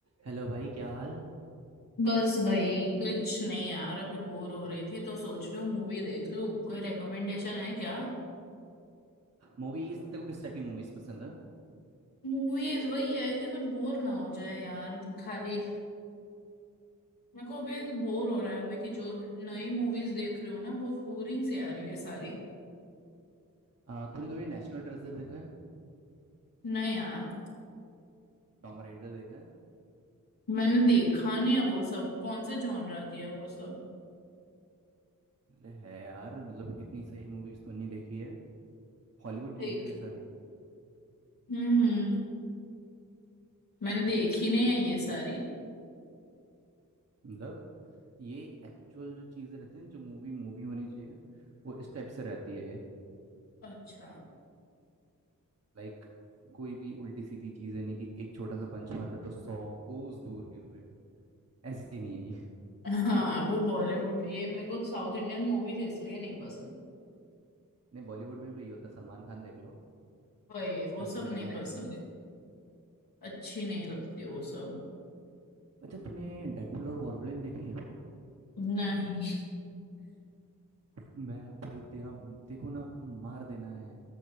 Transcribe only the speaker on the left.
बस भाई कुछ नहीं यार अभी बोर हो रही थी तो सोच रही हूँ मूवी देख लूँ कोई रेकमेंडेशन है क्या
मूवीज वही है कि कुछ बोर ना हो जाए यार खाली मेरे को अभी बोर हो रहा है अभी कि जो नई मूवीज देख रही हो ना बहुत बोरिंग सी आ रही है सारी
नहीं यार
मैंने देखा नहीं है वो सब कौन से जॉनरा की है वो सब
देख
हम्म मैंने देखी नहीं है ये सारी
अच्छा
हाँ वो बॉलीवुड ये मेरे को साउथ इंडियन मूवीज इसलिए नहीं पसंद
वही वो
सब नहीं
पसंद
अच्छी नहीं लगती वो सब
नहीं